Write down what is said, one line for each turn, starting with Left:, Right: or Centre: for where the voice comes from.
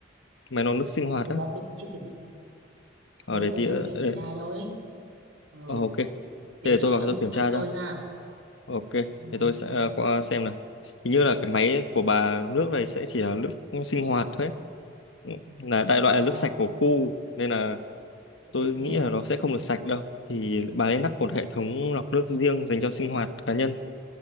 Left: Máy lọc nước sinh hoạt
Right: Thật
Left: á?
Right: ra tôi chưa kiểm tra.
Left: Ở
Right: Thật
Left: để
Right: ra tôi
Left: tí
Right: chưa
Left: ờ,
Right: kiểm
Left: để-
Right: tra đâu ấy. Ừ,
Left: ờ, ok. Thế
Right: tí
Left: để
Right: nữa
Left: tôi vào
Right: ông
Left: cái tôi
Right: kiểm tra
Left: kiểm tra
Right: cho tôi
Left: cho.
Right: ha.
Left: Ok.
Right: Ừ,
Left: Để tôi sẽ ờ, qua xem nào. Hình như là cái máy của bà nước này sẽ chỉ là nước sinh hoạt thôi. ấy. Là đại loại
Right: ờ,
Left: là nước sạch của khu nên là
Right: ok.
Left: tôi nghĩ là nó sẽ không được sạch đâu thì bà nên lắp một hệ thống lọc nước riêng dành cho sinh hoạt cá nhân